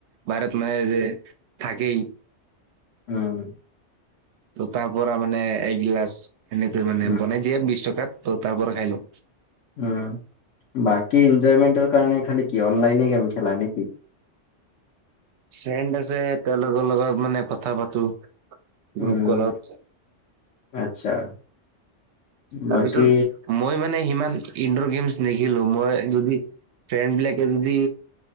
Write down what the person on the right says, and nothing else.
বাহিৰত মানে এই যে থাকে
ত' তাৰ পৰা মানে এগিলাচ এনেকৈ মানে
বনাই দি এ বিশ টকাত ত' তাৰ পৰা খাই লৌ
ফ্ৰেণ্ড আছে তেওঁলোকৰ লগত মানে কথা পাতো গ্ৰুপ
কলত।
তাৰপিছত
মই মানে সিমান ইনডৰ গেমছ নখেলো মই যদি ফ্ৰেণ্ড বিলাকে যদি